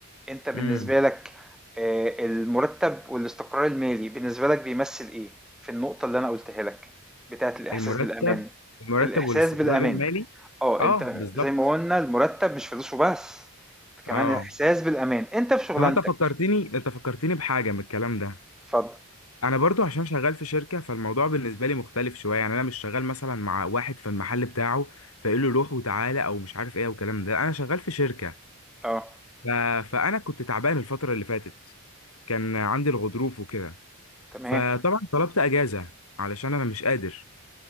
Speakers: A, in the centre; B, on the left.
A: انت بالنسبة
B: امم
A: لك آه، المرتب والاستقرار المالي بالنسبة لك بيمثل ايه في النقطة اللي انا قلتها لك بتاعت الاحساس
B: المرتب
A: بالامان
B: المرتب
A: الاحساس
B: والاستقرار
A: بالامان
B: المالي
A: اه
B: اه
A: انت
B: بالظبط
A: زي ما قلنا المرتب مش فلوس وبس كمان
B: اه
A: الاحساس بالامان انت في شغلانتك
B: طب انت فكرتني انت فكرتني بحاجه من الكلام ده
A: اتفضل
B: انا برضو عشان شغال في شركه فالموضوع بالنسبه لي مختلف شويه يعني انا مش شغال مثلا مع واحد في المحل بتاعه فيقول له روح وتعالى او مش عارف ايه والكلام ده انا شغال في شركه
A: اه
B: ف... فانا كنت تعبان الفتره اللي فاتت كان عندي الغضروف وكده
A: تمام
B: فطبعا طلبت اجازه علشان انا مش قادر